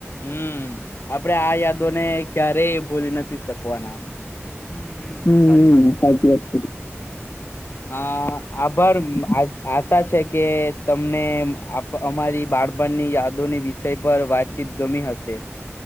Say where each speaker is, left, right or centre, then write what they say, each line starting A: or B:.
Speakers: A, on the left (about 55°); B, on the left (about 15°).
A: હમ્મ આપડે આ યાદોને. ક્યારેય એ ભોલી નથી શકવાના.
B: હમ હમ
A: હમમમ
B: સાચી
A: હમમમ
B: વાત કરી
A: સાચ વાત અ આભાર આ આશા છે કે તમને અમારી બાળપણની યાદોની વિષય પર વાતચીત ગમી હશે.